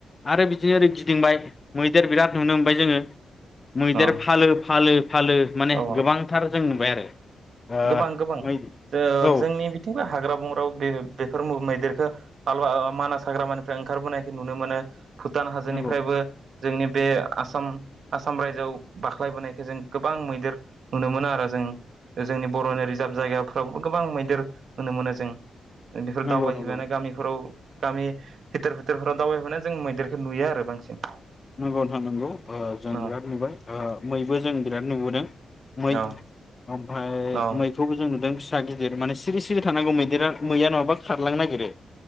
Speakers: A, on the left; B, on the right.
A: आरो बिदिनो ओरै गिदिंबाय मैदेर बिराद नुनो मोनबाय जोङो। मैदेर
B: अ
A: फालो फालो फालो माने
B: अ
A: गोबांथार जों बाय आरो ओ
B: गोबां गोबां
A: मै
B: जो
A: औ
B: जोंनि बिथिंबो हाग्रा बं ग्राव बे बेफोर मैदेरखो <unintelligible> मानास हाग्रामानिफ्राय ओंखारबोनायखो नुनो मोनो। भुटान हाजोनिफ्रायबो
A: नंगौ
B: जोंनि बे आसाम आसाम रायजोआव बाख्लायबोनायखो जों गोबां मैदेर नुनो मोनो आरो जों। जोंनि बर'नि रिजार्भ जायगाफ्रावबो गोबां मैदेर नुनो मोनो जों। बेफोर
A: नंगौ
B: दावबायहैबानो
A: नंगौ
B: गामिफोराव गामि भिथोर भिथोरफोराव दावबायहैबा जों मैदेरखौ नुयो आरो बांसिन।
A: नंगौ नोथां नंगौ। ओ जों
B: औ
A: बिराद नुबाय ओ मैबो जों बिराद नुबोदों मै
B: औ
A: ओमफ्राय
B: औ
A: मैखौबो जों नुदों फि सा गिदिर माने सिरि सिरि थानांगौ मैदेरा मैया नङाबा खारलांनो नागिरो।